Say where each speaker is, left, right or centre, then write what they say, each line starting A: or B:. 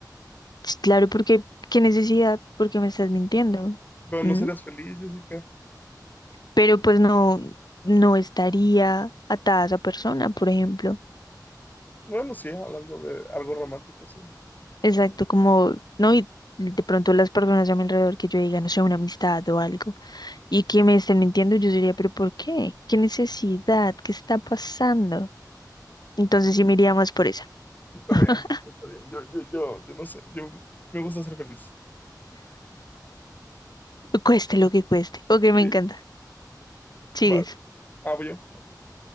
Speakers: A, on the left (about 65°); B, on the left (about 25°).
A: Sí, Claro, porque, ¿qué necesidad? Porque me estás mintiendo.
B: Pero
A: ¿Mm?
B: no serías feliz, Jessica.
A: Pero pues no, no estaría atada a esa persona, por ejemplo.
B: Bueno, sí, hablando de algo romántico, sí.
A: Exacto, como, no, y de pronto las personas a mi alrededor que yo diga, no sé, una amistad o algo, y que me estén mintiendo, yo diría, pero ¿por qué? ¿Qué necesidad? ¿Qué está pasando? Entonces sí me iría más por esa.
B: Está
A: <laughs>
B: bien, está bien. Yo, yo, yo, yo no sé. Yo me gusta ser feliz.
A: Cueste lo que cueste. Ok,
B: Sí,
A: me encanta. Sigues.
B: vale. Ah, voy yo. Ok.